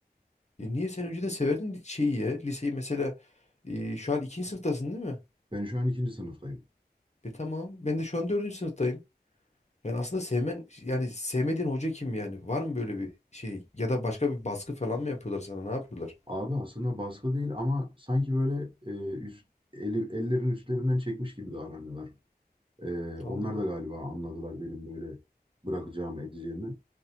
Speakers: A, on the left; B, on the right.
A: Ya niye sen önceden severdin li- şeyi ya liseyi mesela e, şu an ikinci sınıftasın değil mi?
B: Ben şu an ikinci sınıftayım.
A: E tamam ben de şu an dördüncü sınıftayım. Yani aslında sevmen yani sevmediğin hoca kim yani? Var mı böyle bir şey ya da başka bir baskı falan mı yapıyorlar sana ne yapıyorlar?
B: Abi aslında baskı değil ama sanki böyle eee, üst, eli, ellerin üstlerinden çekmiş gibi davranıyorlar. Eee,
A: Allah.
B: onlar da galiba anladılar benim böyle bırakacağımı edeceğimi.